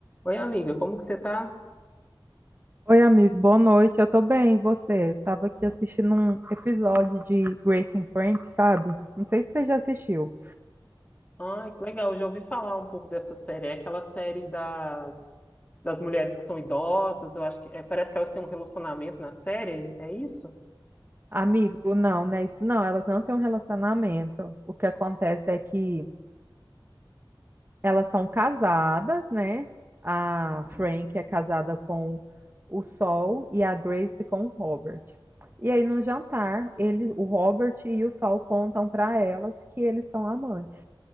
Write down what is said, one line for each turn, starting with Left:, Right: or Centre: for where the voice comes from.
Left: Oi, amiga, como que você tá?
Right: Oi, amigo, boa noite. Eu tô bem, e você? Tava aqui assistindo um episódio de Grace and Frank, sabe? Não sei se você já assistiu.
Left: Ai, que legal, eu já ouvi falar um pouco dessa série. É aquela série das, das mulheres que são idosas, eu acho que é, parece que elas têm um relacionamento na série, é isso?
Right: Amigo, não, né? Isso não, elas não têm um relacionamento. O que acontece é que elas são casadas, né? A Frank é casada com o Sol e a Grace com o Robert. E aí, no jantar, ele, o Robert e o Sol contam pra elas que eles são amantes.